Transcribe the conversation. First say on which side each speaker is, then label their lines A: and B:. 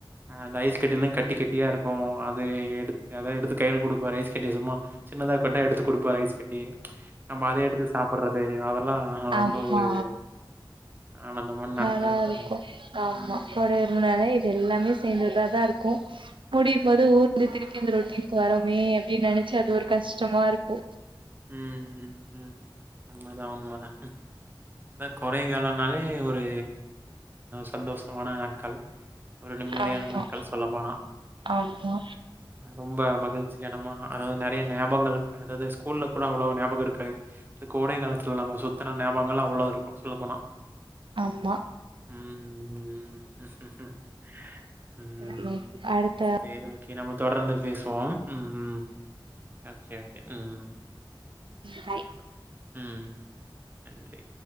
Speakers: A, on the right; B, on the right.
A: ஆ அந்த ஐஸ் கட்டிலா கட்டி கட்டியா இருக்கு அது எடுத் அதல்லா எடுத்து கையில குடுப்பாரு ஐஸ் கட்டிய சும்மா சின்னதா கேட்டா எடுத்து குடுப்பாரு ஐஸ் கட்டி நம்ம அத எடுத்து சாப்ட்றது அதெல்லாம்
B: ஆமா
A: ரொம்ப ஒரு ஆனந்தமான
B: நல்லா
A: நாட்கள்
B: இருக்கு
A: ம்
B: ஆமா
A: ம்
B: கோடை விடுமுறைனாலே இது எல்லாமே சேந்ததா தா இருக்கும் முடியும்போது ஊருலிருந்து திருப்பி இந்த ரொட்டனுக்கு வரோமே அப்படின்னு நெனைச்சு அது ஒரு கஷ்டமா இருக்கு
A: உம் உம் உம் உம் உண்மதா உண்மதா அ கோடைக்காலம் னாலே ஒரு சந்தோஷமான நாட்கள் ஒரு நிம்மதியான
B: ஆமா
A: நாட்கள் சொல்ல போனா
B: ஆமா
A: ரொம்ப மகிழ்ச்சிகரமா அதாவது நறைய நயாபங்கள் அதாவது ஸ்கூல்ல கூட அவ்ளவு ஞாபகம் இருக்காது கோடை காலத்துல நம்ம சுத்தின ஞாபங்கள்லாம் அவ்ளோ இருக்கும் சொல்ல போனா
B: ஆமா
A: ம் ம்‌ ம் ம்
B: நம்ம அடுத்த
A: செரி ஓகே நம்ம தொடர்ந்து பேசுவோம் ம் ம் ஓகே ஓகே ம்
B: பாய்
A: ம் நன்றி